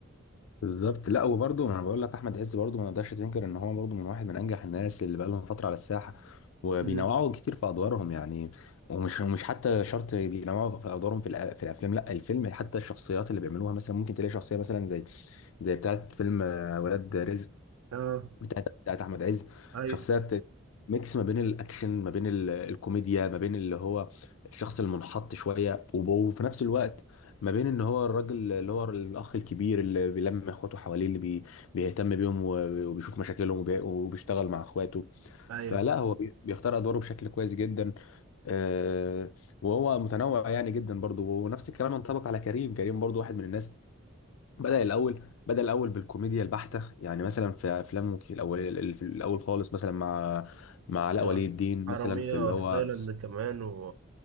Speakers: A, on the left; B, on the right.
A: بالظبط لا وبرضه انا بقول لك احمد عز برضه ما نقدرش تنكر ان هو برضه من واحد من انجح الناس اللي بقى لهم فتره على الساحه وبينوعوا
B: مم.
A: كتير في ادوارهم يعني ومش مش حتى شرط بينوعوا في ادوارهم في, الأ- في الافلام لا الفيلم حتى الشخصيات اللي بيعملوها مثلا ممكن تلاقي شخصيه مثلا زي زي بتاعه فيلم آه، ولاد رزق
B: آه
A: بتاعت بتاعت احمد عز
B: أيوه
A: شخصيات ميكس ما بين الاكشن ما بين ال- الكوميديا ما بين اللي هو الشخص المنحط شويه وب- وفي نفس الوقت ما بين ان هو الراجل اللي هو الاخ الكبير اللي بيلم اخواته حواليه اللي بي بيهتم بيهم و- وبيشوف مشاكلهم وبي- وبيشتغل مع اخواته
B: أيوه
A: فلا هو بي- بيختار ادواره بشكل كويس جدا آه، وهو متنوع يعني جدا برضه ونفس الكلام ينطبق على كريم كريم برضه واحد من الناس بدأ الأول بدأ الأول بالكوميديا البحتة يعني مثلا في أفلام مكي- الأول اللي في الأول خالص مثلا مع مع علاء
B: يا.
A: ولي الدين
B: حرامية
A: مثلا في اللي هو
B: في تايلاند كمان و